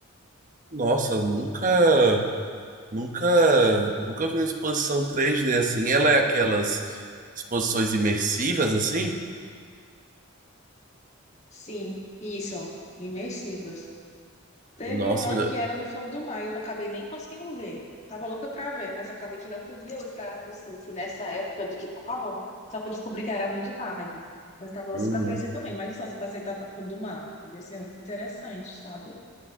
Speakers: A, on the right; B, on the left.
A: Nossa, nunca... Nunca, nunca vi uma exposição três d assim. Ela é aquelas exposições imersivas assim?
B: Sim, isso, imersivas. Teve
A: Nossa,
B: uma que era no fundo do mar e eu não acabei nem conseguindo ver. Tava louca pra ver, mas acabei que não podia ir pra Recife nessa época do que tava. Só que eu descobri que era muito tarde. Mas eu tava louca
A: uhum.
B: pra conhecer também. Mas só se passei tanto a fundo do mar. Devia ser muito interessante, sabe?